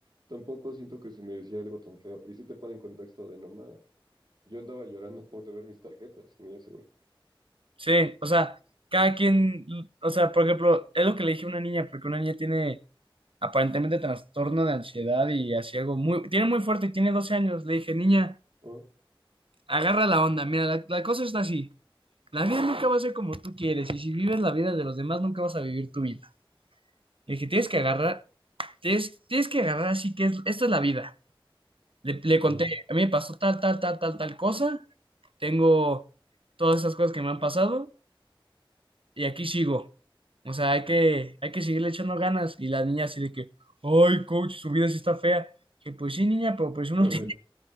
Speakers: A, on the right (about 50°); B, on the right (about 70°).
A: tampoco siento que se me hiciera algo tan feo. Y si te pone en contexto de no ma, yo andaba llorando por deber mis tarjetas y mira ese güey.
B: Sí, o sea, cada quien, o sea, por ejemplo, es lo que le dije a una niña, porque una niña tiene aparentemente trastorno de ansiedad y así algo muy, tiene muy fuerte y tiene 12 años. Le dije, niña.
A: Ah,
B: agarra la onda. Mira, la, la cosa está así. La vida nunca va a ser como tú quieres y si vives la vida de los demás nunca vas a vivir tu vida. El que tienes que agarrar, tienes, tienes que agarrar así que es, esta es la vida. Le, le conté,
A: ajá,
B: a mí me pasó tal, tal, tal, tal, tal cosa. Tengo todas esas cosas que me han pasado y aquí sigo. O sea, hay que, hay que seguirle echando ganas. Y la niña así de que, ay, coach, su vida sí está fea. Que pues sí, niña, pero pues uno
A: chale.
B: <laughs> tiene,